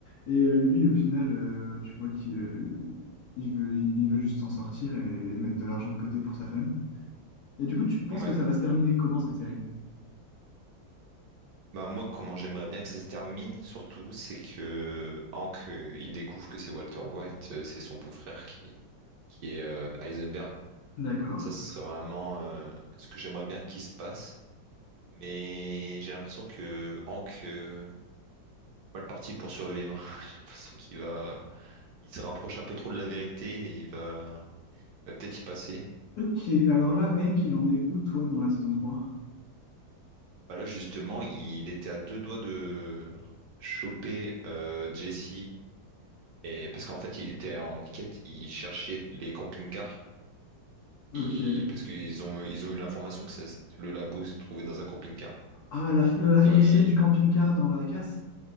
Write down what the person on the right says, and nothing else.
Ouais.
Bah moi, comment j'aimerais bien que ça se termine, surtout, c'est que Hank, euh, il découvre que c'est Walter White, euh, c'est son beau-frère qui, qui est euh, Heisenberg.
Ça, ce serait vraiment euh, ce que j'aimerais bien qu'il se passe. Mais j'ai l'impression que Hank, euh, pas parti pour survivre. <laughs> J'ai l'impression qu'il va, il se rapproche un peu trop de la vérité et il va, il va peut-être y passer.
Bah là, justement, il était à deux doigts de choper euh, Jesse Et parce qu'en fait, il était en quête, il cherchait les camping-cars,
il- parce qu'ils ont, ils ont eu l'information que ça se- le labo se trouvait dans un camping-car.
Et